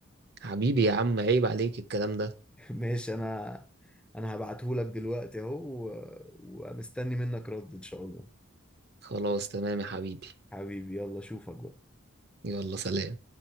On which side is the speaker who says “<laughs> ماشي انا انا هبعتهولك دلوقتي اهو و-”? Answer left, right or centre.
Centre